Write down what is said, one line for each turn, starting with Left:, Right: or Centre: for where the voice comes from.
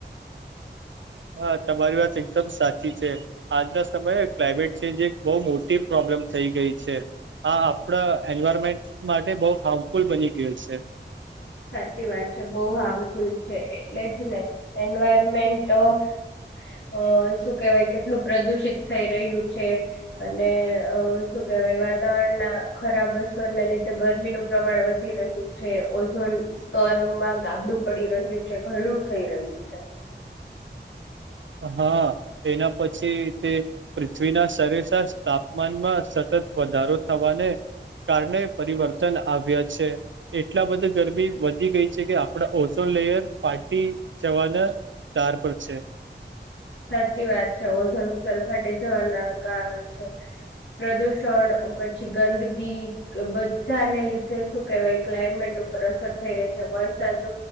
Right: હા, તમારી વાત એકદમ સાચી છે આજના સમયે ક્લાઇમેટ ચેન્જ એક બહુ મોટી પ્રોબ્લેમ થઈ ગઈ છે. આ આપણા એન્વાયરમેન્ટ માટે બહુ હાર્મફુલ બની ગયું છે,
Left: સાચી વાત છે, બહુ હાર્મફુલ છે એટલે જ ને એન્વાયરમેન્ટ અ શું કેવાય કેટલું પ્રદુષિત થઈ રહ્યું છે, અને અ શ વાય વાતાવરણ ના ખરાબ અસરને લીધે ગરમીનુંું પ્રમાણ વધી રહ્યું છે. સ્તરમાં ગાબડું પડી રહ્યું છે, ઘણું થઈ રહ્યું છે
Right: હા, એના પછી તે પૃથ્વીના સરેશશ તાપમાનમાં સત તત વધારો થવા ને કારણે પરિવર્તન આવ્યા છે એટલા બધ ગરમી વધી ગઈ છે કે આપણા ઓછો લેયર ફાટી જવાના તાર પર છે.
Left: સાચી વાત છે. ઓ સંસ્કાર ફાટી જવાના કારણ છે. પ્રદૂષણ પછી ગંદગી બધાને લીધે શું કેહેવાય ક્લાઇમેટ ઉપર અસર થઈ રહી છે. વરસાદ